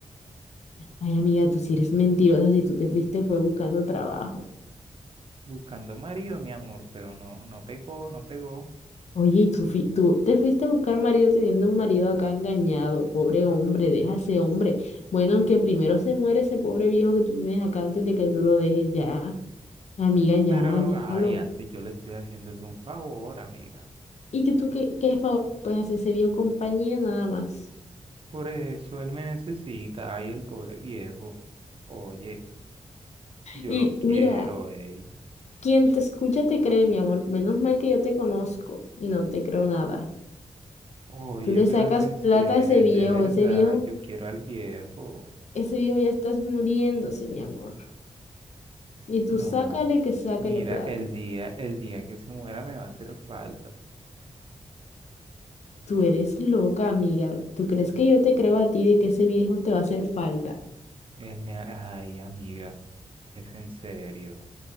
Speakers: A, on the left; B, on the right.
A: Ay, amiga, tú sí eres mentirosa, si tú te fuiste fue buscando trabajo.
B: Buscando marido, mi amor, pero no, no pegó, no pegó.
A: Oye, y tú, fui- tú te fuiste a buscar marido teniendo un marido acá engañado, pobre hombre, deja a ese hombre.
B: Sí,
A: Bueno, aunque primero se muere ese pobre viejo que tú tienes acá antes de que tú lo dejes ya, amiga, ya,
B: pero,
A: déjalo.
B: ay, antes yo le estoy haciendo es un favor, amiga.
A: ¿Y que tú qué, qué favor puedes hacer ese viejo compañía nada más?
B: Por eso él me necesita, ay, el pobre viejo. Oye, yo
A: Y
B: lo quiero,
A: mira.
B: ey.
A: Quien te escucha te cree, mi amor. Menos mal que yo te conozco y no te creo nada.
B: Oye,
A: Tú le
B: pero
A: sacas
B: es, en
A: plata
B: se-
A: a ese
B: es
A: viejo,
B: de verdad,
A: ese viejo,
B: yo quiero al viejo.
A: ese viejo ya estás muriéndose, mi amor. Y tú
B: No,
A: sácale que sácale
B: mira,
A: plata.
B: el día, el día que se muera me va a hacer falta.
A: Tú eres loca, amiga. ¿Tú crees que yo te creo a ti de que ese viejo te va a hacer falta?
B: Él me ha- Ay, amiga, es en serio.